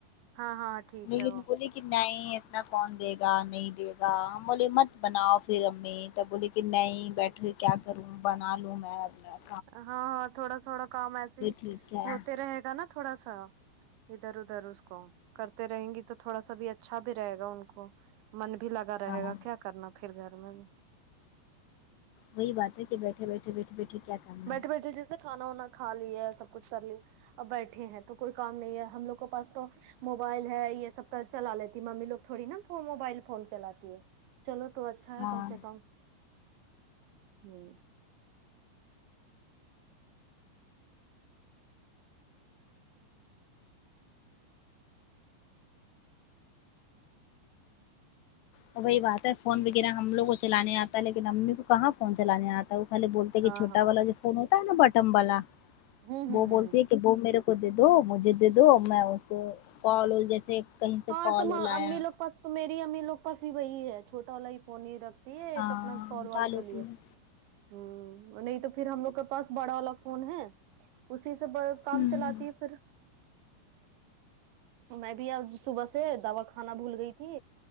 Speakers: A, on the right; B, on the left.
A: ہاں ہاں ٹھیک
B: <unintelligible>
A: ہے وہ
B: کی نہیں اتنا کون دے گا نہیں دے گا ہم بولے مت بناؤ پھر امی تب بولی کی نہیں بیٹھو کیا کروں بنا لوں میں اب نے اب
A: ہاں ہاں تھوڑا تھوڑا کام ایسے ہی
B: ٹھیک ہے
A: ہوتے رہے گا نا تھوڑا سا ادھر ادھر اس کو کر تے رہیں گی تو تھوڑا سا بھی اچھا بھی رہے گا ان کو من بھی لگا رہے
B: ہاں
A: گا کیا کرنا پھر گھر میں
B: وہی بات ہے کے بیٹھے بیٹھے <unintelligible>
A: بیٹھے
B: ہے
A: بیٹھے جیسے کھانا وانا کھا لیے ایسا کچھ کر لیے اب بیٹھے ہیں تو کوئی کام نہیں ہے ہم لوگ کو پاس تو موبائل ہے یہ سب کا چلا لیتی ممی لوگ تھوڑی نا پھون موبائل پھون چلاتی ہے چلو تو اچھا ہے
B: ہاں
A: کم سے کم ہمم
B: تو وہی بات ہے فون وغیرہ ہم لوگ کو چلانے آتا ہے لیکن امی کو کہاں فون چلانے آتا تاؤ خالہ بولتے کی
A: ہاں
B: چھوٹا
A: ہاں
B: والا جو فون ہوتا ہے نا بٹم والا
A: ہوں ہوں
B: وہ
A: ہوں
B: بولتے ہے کی وہ میرے کو دے دو مجھے دے دو میں اس کو کال جیسے کہیں سے
A: ہاں
B: کال
A: تو ما
B: وال آیا
A: امی لوگ پاس تو میری امی لوگ پاس بھی وہی ہے چھوٹا والا ہی فون ہی رکھ تی ہے ایک
B: ہاں
A: اپنا کال
B: اٹھا
A: وال
B: لیتی
A: کے لیے
B: ہے
A: ہمم نہیں تو پھر ہم لوگ کے پاس بڑا والا فون ہے اسی سے بے کام
B: ہوں
A: چلاتی ہے فیر میں بھی آج صبح سے دوا کھانا بھول گئی تھی